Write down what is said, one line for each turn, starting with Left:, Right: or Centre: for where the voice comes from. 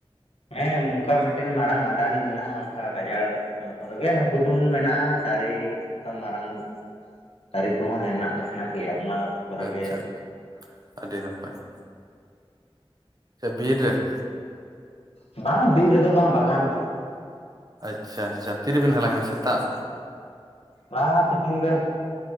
Left: ᱦᱮᱸ, ᱱᱚᱝᱠᱟ ᱢᱤᱫᱴᱮᱱ ᱢᱟᱨᱟᱝ ᱟᱰᱟᱱᱤ ᱢᱮᱱᱟᱜᱼᱟ ᱾ ᱚᱱᱠᱟ ᱜᱟᱡᱟᱲ <unintelligible> ᱨᱮᱜᱮ ᱠᱩᱫᱩᱢ ᱢᱮᱱᱟᱜᱼᱟ ᱾ᱫᱟᱨᱮ ᱚᱱᱠᱟ ᱢᱟᱨᱟᱝ ᱫᱟᱨᱮ ᱠᱚᱦᱚᱸ, ᱦᱮᱱᱟᱜ ᱫᱚ ᱦᱮᱱᱟᱜ ᱜᱮᱭᱟ ᱾ ᱚᱱᱟ ᱠᱚᱨᱮ
Right: ᱟᱪᱪᱷᱟ
Left: ᱜᱮ
Right: ᱟᱪᱷᱟ ᱾ ᱟᱹᱰᱤ ᱱᱟᱯᱟᱭ ᱾ ᱥᱮ, ᱵᱤᱨ ᱨᱮ?
Left: ᱵᱟᱝ, ᱵᱤᱨ ᱨᱮᱫᱚ ᱵᱟᱝ? ᱵᱟᱜᱟᱱ ᱠᱟᱱᱟ
Right: ᱟᱪᱪᱷᱟ, ᱟᱪᱪᱷᱟ ᱾ ᱛᱤ ᱨᱮᱵᱮᱱ ᱦᱟᱞᱟᱝ ᱠᱮᱫᱟ ᱥᱮᱛᱟᱜ?
Left: ᱵᱟᱝᱼᱟ, ᱛᱤᱠᱤᱱ ᱵᱮᱲᱟ ᱾